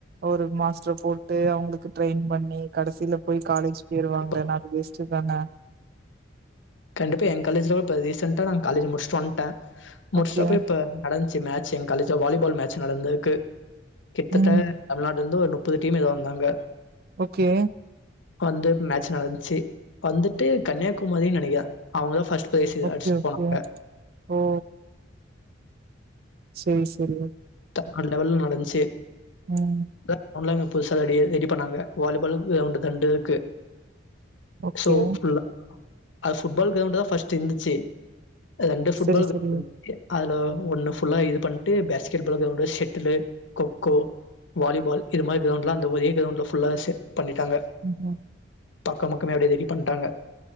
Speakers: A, on the right; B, on the left.
A: ஒரு மாஸ்டர போட்டு அவங்களுக்கு ட்ரெயின் பண்ணி கடசில போய் காலேஜ் பேர்
B: கண்டிப்பா
A: வாங்கலெனா அது வேஸ்ட் தான
B: கண்டிப்பா எங் காலேஜ்லல இப்ப ரீசென்ட்டா நா காலேஜு முடிச்ட்டு வன்ட்ட மோஸ்டாப்பு
A: ஓகே.
B: இப்ப நட ந்ச்சு மேட்சு எங்க காலேஜ்ல வாலிபால் மேட்ச் நடந்திருக்கு கிட்டத்தட்ட
A: ம்.
B: தமிழ்நாடுலருந்து ஒரு புது டீம் எதா வந்தாங்க
A: ஓகே
B: வந்து மேட்ச் நடந்துச்சு வந்துட்டு கன்னியாகுமரினு நெனக்கறே அவங்க ஃபர்ஸ்ட் பிரைஸ்
A: ஓகே
B: அடிச்சுட்டு
A: ஓகே
B: போனாங்க.
A: ஓ செரி செரி
B: அந்த லெவல் நடந்துச்சு
A: ம்.
B: கே <unintelligible> புதுசா ரெடி ரெடிபண்ணாங்க வாலிபாலுக்கு கிரவுண்ட் ரெண்டு இருக்கு
A: ஓகே.
B: சோ ஃபுல்லா அது ஃபுட்பால் கிரௌண்டு தான் ஃபர்ஸ்ட் இருந்துச்சு ரெண்டு ஃபுட்
A: சரி,
B: பால் கிரௌண்ட்
A: சரி.
B: இருந்துச்சு அதுல ஒண்ணு ஃபுல்லா இது பண்ணிட்டு பேட் கிரிக்கெட் கிரௌண்டு செட்டுலே கொக்கோ வாலிபால் இது மாதிரி கிரௌண்ட்லாம் அந்த ஒரே கிரௌண்ட்ல ஃபுல்லா பண்ணிட்டாங்க
A: ம்ஹ்ம்.
B: பக்கம் பக்கமே அப்படியே ரெடி பண்ணிட்டாங்க